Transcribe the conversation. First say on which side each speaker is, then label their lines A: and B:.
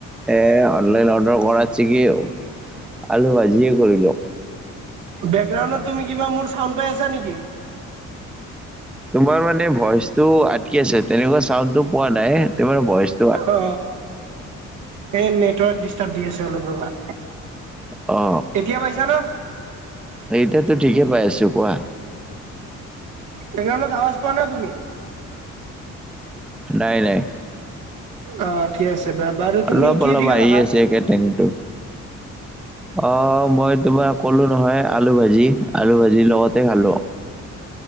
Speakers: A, in the centre; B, on the right.
A: এ অনলাইন অড- ৰ্ডাৰ কৰাত চিকি আলু ভাজিয়ে কৰিলো।
B: বেকগ্ৰাউণ্ডত তুমি কিবা মোৰ চাউণ্ড পাইছা নেকি?
A: তোমাৰ মানে ভইচ টো আতকি আছে, তেনেকুৱা চাউণ্ডটো পোৱা নাই তোমাৰ ভইচ
B: অ, এই নেটৰ ডিষ্টাব দি আছে অলপ ৰবা।
A: অ।
B: এতিয়া পাইছা না?
A: এতিয়াতো ঠিকেই পাই আছো কোৱা।
B: বেকগ্ৰাউণ্ডত আৱাজ পোৱা নাই তুমি?
A: নাই নাই।
B: অ ঠিক আছে বা- বাৰু
A: অলপ
B: তুমি কিহেদি
A: অলপ
B: খালা
A: আহি
B: ভাত?
A: আছে একে টেংটো। অ, মই তোমাৰ ক'লো নহয় আলু ভাজি আলু ভাজি লগতে খালো।